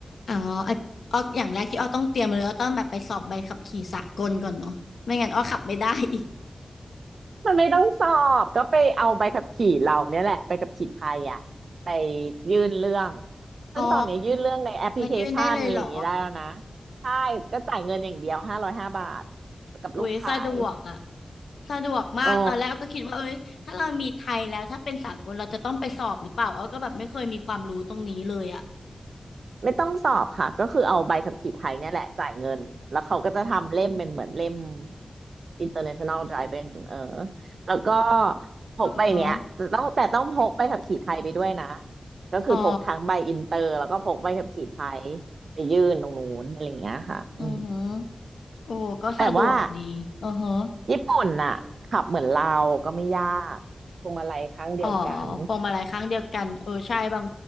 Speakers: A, on the left; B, on the right.
A: อ๋ออ่ะอ้ออย่างแรกที่อ้อต้องเตรียมเลยอ้อต้องแบบไปสอบใบขับขี่สากลก่อนเนาะไม่งั้นอ้อขับไม่ได้อีก
B: มันไม่ต้องสอบก็ไปเอาใบขับขี่เราเนี่ยแหละไปขับขี่ไทยอ่ะไปยื่นเรื่องซึ่งตอนนี้ยื่นเรื่องในแอปพลิเคชันอะไรอย่างนี้ได้แล้วนะ
A: อ๋อมันยื่นได้เลยเหรอ
B: ใช่ก็จ่ายเงินอย่างเดียวห้าร้อยห้าบาทกับรูปถ่าย
A: อุ้ยสะดวกอะสะดวกมากตอนแรกอ้อก็คิดว่าเอ้ยถ้าเรามีไทยแล้วถ้าเป็นสากลเราจะต้องไปสอบหรือเปล่าอ้อก็แบบไม่เคยมีความรู้ตรงนี้เลยอะ
B: อ๋อ ไม่ต้องสอบค่ะก็คือเอาใบขับขี่ไทยเนี่ยแหละจ่ายเงินแล้วเขาก็จะทำเล่มเป็นเหมือนเล่ม International Driving เออแล้วก็พกใบเนี้ยแต่ต้องแต่ต้องพกใบขับขี่ไทยไปด้วยนะ
A: อือฮะ
B: ก็คือพกทั้งใบอินเตอร์แล้วก็พกใบขับขี่ไทย
A: อ๋อ
B: ไปยื่นตรงนู้นอะไรอย่างเงี้ยค่ะอืม
A: อือฮะโอ้ก็สะดวกดีอือฮะ
B: แต่ว่าญี่ปุ่นน่ะขับเหมือนเราก็ไม่ยากพวงมาลัยข้างเดียวกัน
A: อ๋อพวงมาลัยครั้งเดียวกันเออใช่บาง